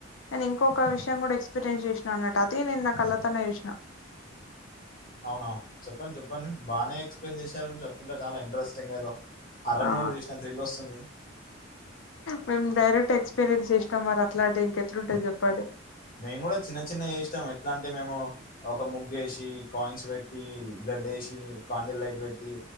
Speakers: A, on the left; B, on the left.
A: నేను ఇంకొక విషయం కూడా ఎక్స్పీరియన్స్ చేసినా అన్నట్టు అది నేను నా కళ్ళతోనే చూసిన
B: అవునా చెప్పండి చెప్పండి బానే ఎక్స్ప్లెయిన్ చేశారు చెప్తుంటే చాలా ఇంట్రెస్టింగ్ ఏదో హారర్
A: ఆ
B: మూవీ చేసినా థ్రిల్ వస్తుంది.
A: మేము డైరెక్ట్ ఎక్స్పీరియన్స్ చేసినం మరి అట్లా అంటే ఇంకెట్లుంటది చెప్పండి.
B: మేము కూడా చిన్న చిన్నవి చుసినం ఎట్లా అంటే మేము ఒక ముగ్ వేసి కాయిన్స్ పెట్టి, బ్లడ్ వేసి, కాండల్ లైట్ పెట్టి